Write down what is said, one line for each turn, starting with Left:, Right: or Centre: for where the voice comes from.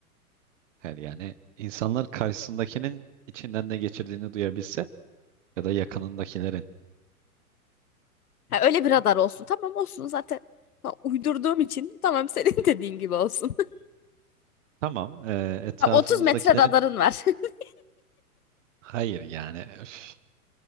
Right: Her yani insanlar karşısındakinin içinden ne geçirdiğini duyabilse ya da yakınındakilerin.
Left: Ha, öyle bir radar olsun. Tamam olsun zaten. Ha, uydurduğum için tamam senin <laughs> dediğin gibi olsun. <laughs>
Right: Tamam, e, etrafımızdakilerin
Left: Ha, 30 metre radarın var. <laughs>
Right: hayır yani. öf.